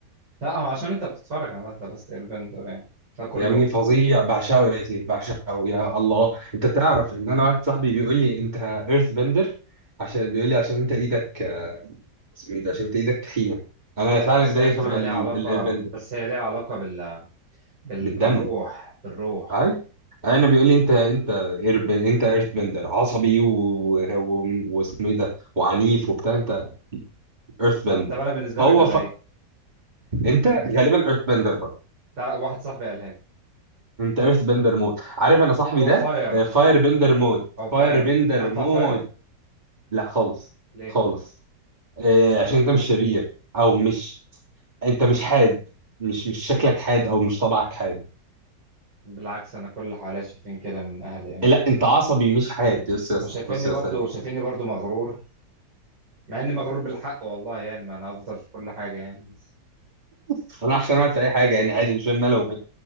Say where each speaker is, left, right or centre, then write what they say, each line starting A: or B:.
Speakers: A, on the right; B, on the right.
A: لا هو عشان انت بتتفرج على ذا لاست اير بندر يعني فكله
B: يا ابني فظيع بعشقه يا سيف بعشقه يا الله انت تعرف ان انا واحد صاحبي بيقول لي انت ايرث بندر عشان بيقول لي عشان انت ايدك اسمه ايه ده عشان انت ايدك تخينه انا
A: لا
B: فعلا
A: بس
B: ايديا
A: هي بتبقى
B: شبه ال-
A: ليها علاقه
B: ال- البند
A: بس هي ليها علاقه بال... بال...
B: بالدم
A: بالروح بالروح
B: عارف انا بيقول لي انت انت ايرب انت ايرث بندر عصبي و- و- واسمه ايه ده وعنيف وبتاع انت ايرث
A: طب
B: بندر
A: طب انا بالنسبه
B: هو
A: لك ابقى
B: ف...
A: ايه؟
B: انت غالبا ايرث بندر برضه
A: تع- واحد صاحبي قالها لي
B: انت ايرث بندر موت عارف انا صاحبي
A: او
B: ده
A: فاير
B: فاير بندر موت
A: او فاير
B: فاير بندر
A: انفع
B: موت
A: فاير
B: لا خالص
A: ليه
B: خالص آه، عشان انت مش شرير او مش انت مش حاد مش مش شكلك حاد او مش طبعك حاد
A: بالعكس انا كل اللي حواليا شايفين كده من اهلي يعني
B: لا انت عصبي مش حاد بص يا اسطى
A: وشايفيني
B: بص يا
A: برضو
B: اسطى ما
A: شايفيني برضو مغرور مع اني مغرور بالحق والله يعني ما انا افضل في كل حاجه يعني بس
B: تفرحش انا في اي حاجه يعني عادي مش فاهم مالهم